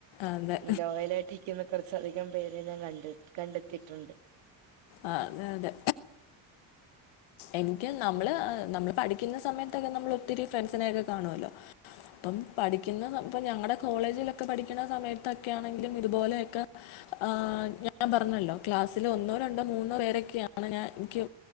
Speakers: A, on the left (about 70°); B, on the right (about 65°).
A: അതെ
B: ഇ ലോയല് ത്തിക്കുന്ന കുറച്ചധികം പേരെ ഞാൻ കണ്ട കണ്ടെത്തിയിട്ടുണ്ട്
A: ആഹ് അതെ അതെ എനിക്ക് നമ്മള്
B: ഉം
A: നമ്മള് പഠി ക്കുന്ന സമയത്തൊക്കെ നമ്മൾ ഒത്തിരി ഫ്രണ്ട്സിനെ ഒക്ക കാണു വല്ലോ അപ്പം പഠിക്കുന്ന ഇപ്പ ഞങ്ങളടെ കോളേജിലൊക്കെ പഠിക്കുന്ന സമയത്തൊക്കെ ആണെങ്കിലും ഇതുപോലെയൊക്കെ ആ ഞാൻ പറഞ്ഞല്ലോ ക്ലാസ്സില് ഒന്നോ രണ്ടോ മൂന്നോ പേരൊക്കെയാണ് ഞാൻ എനിക്ക്